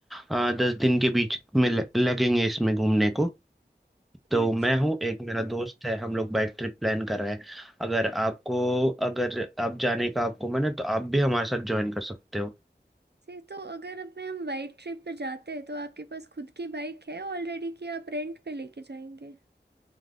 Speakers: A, in the centre; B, on the right.
A: अ, दस दिन के बीच में ल- लगेंगे इसमें घूमने को तो
B: अच्छा
A: मैं हूँ एक मेरा दोस्त है हम लोग बाइक ट्रिप प्लान कर रहे हैं अगर आपको अगर आप जाने का आपको मन है तो आप भी हमारे साथ ज्वाइन कर सकते हो
B: जी तो अगर अब मैं हम वाइड ट्रिप पे जाते हैं तो आपके पास खुद की बाइक है ऑलरेडी कि आप रेंट पे लेके जाएंगे